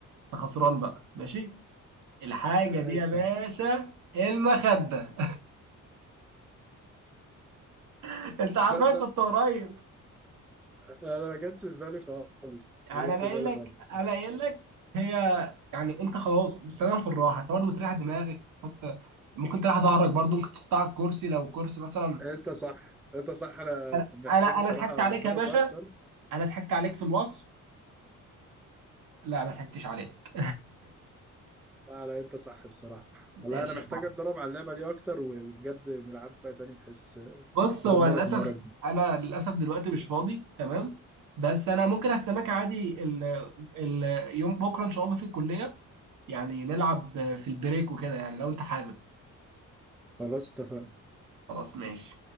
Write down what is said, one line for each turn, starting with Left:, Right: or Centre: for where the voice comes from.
Right: انت خسران بقى ماشي الحاجة
Centre: ماشي
Right: دي يا باشا المخدة <laughs> انت عارفها
Centre: تصدق
Right: كنت قريب
Centre: انا ما جاتش في بالي خالص
Right: يعني
Centre: ما جاتش
Right: انا
Centre: في
Right: قايل
Centre: بالي
Right: لك
Centre: خالص
Right: انا قايل لك هي يعني انت خلاص بالسلام في الراحة انت برضه تريح دماغك تحط ممكن تريح ظهرك برضه ممكن تحطها على الكرسي لو الكرسي مثلا
Centre: انت صح انت صح انا
Right: انا
Centre: محتاج
Right: انا
Centre: بصراحه
Right: انا ضحكت عليك
Centre: اتدرب
Right: يا باشا
Centre: اكتر
Right: انا ضحكت عليك في الوصف لا ما ضحكتش عليك
Centre: لا لا انت صح بصراحه
Right: <laughs>
Centre: لا
Right: ماشي
Centre: انا محتاج
Right: يا عم.
Centre: اتدرب على اللعبه دي اكتر و- وبجد نلعبها تاني بحيث
Right: بص
Centre: ادمرك
Right: هو للاسف
Centre: المره الجايه
Right: انا للاسف دلوقتي مش فاضي تمام بس انا ممكن استناك عادي ال ال يوم بكره ان شاء الله في الكليه يعني نلعب في البريك وكده يعني لو انت حابب
Centre: خلاص اتفقنا
Right: خلاص ماشي